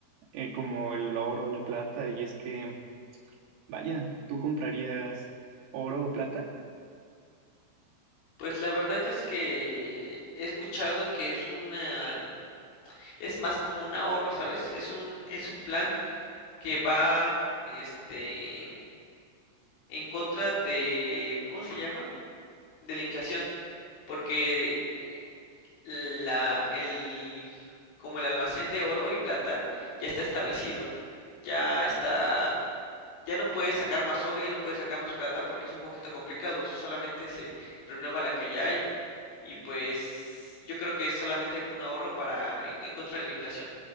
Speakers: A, on the right; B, on the left.
A: eh, como el oro, la plata, y es que, vaya, ¿tú comprarías oro o plata?
B: Pues la verdad es que he escuchado que es una, es más como un ahorro, ¿sabes? Es un, es un plan que va, este, en contra de, ¿cómo se llama? De la inflación, porque eh, la, el, como el almacén de oro y plata ya está establecido. Ya está, ya no puedes sacar más oro, y ya no puedes sacar más plata porque es un poquito complicado. Solamente se renueva la que ya hay. Y pues yo creo que es solamente un ahorro para en, en contra de la inflación.